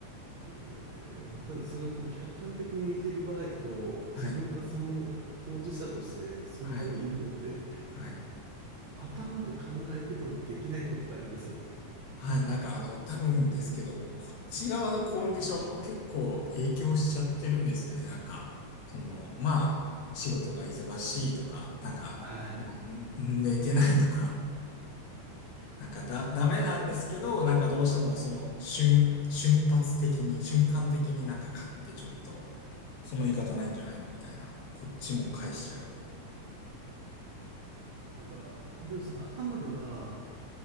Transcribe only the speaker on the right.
えーまあ、ただそれをこう客観的に見ている場合と、自分がその当事者としてその場にいるのって、
頭で考えててもできないことってありますよね。
はい。
なんか、本当にその頭では